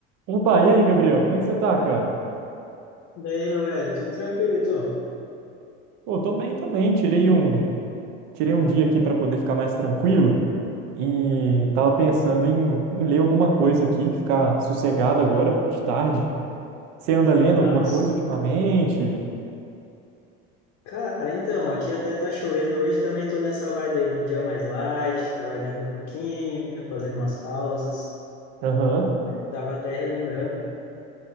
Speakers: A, on the right (about 60°); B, on the left (about 55°).
A: Opa, e aí, Gabriel? Como é que você tá, cara?
B: Daí, meu velho, tudo tranquilo, e tu?
A: Pô, tô bem também. Tirei um, tirei um dia aqui pra poder ficar mais tranquilo e tava pensando em, em ler alguma coisa aqui, ficar sossegado agora, de tarde. Você anda lendo
B: Nossa.
A: alguma coisa ultimamente?
B: Cara, então, aqui até tá chovendo hoje, também tô nessa vibe aí de um dia mais light, trabalhando um pouquinho, fazendo umas pausas.
A: Aham,
B: Tava até relembrando